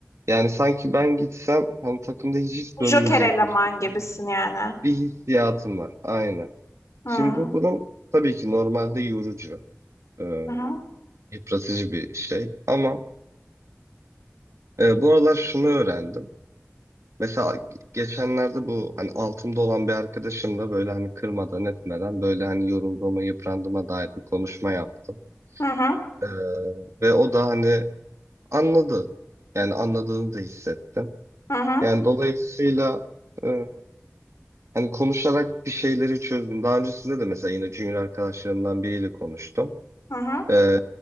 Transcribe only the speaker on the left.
Joker eleman
gibisin
yani.
Hı
hı
hı
hı
hı hı.
hı. hı.